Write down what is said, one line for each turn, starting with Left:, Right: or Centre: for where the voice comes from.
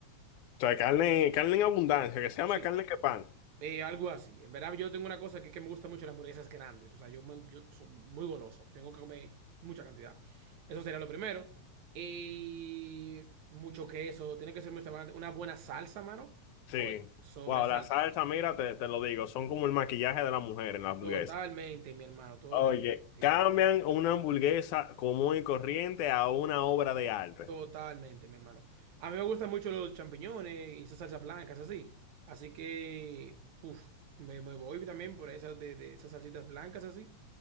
Left: O sea, carne, carne en abundancia, que se
Right: Sí,
Left: llama carne que pan.
Right: eh, algo así. En verdad, yo tengo una cosa que que me gusta mucho las hamburguesas grandes. O sea, yo, me- yo soy muy goloso, tengo que comer mucha cantidad. Eso sería lo primero. Y mucho queso, tiene que ser muy restaurante. una buena salsa, mano.
Left: Sí.
Right: Oye, sobre
Left: Wow,
Right: salsa
Left: la salsa, mira, te, te lo digo, son como el maquillaje de la mujer en la hamburguesa.
Right: Totalmente, mi hermano, totalmente,
Left: Oye, cambian
Right: mi,
Left: una hamburguesa común y corriente a una obra de arte.
Right: totalmente, mi hermano. A mí me gustan mucho los champiñones y esas salsas blancas, así. Así que, uf, me, me voy también por esas de, de esas salsitas blancas, así.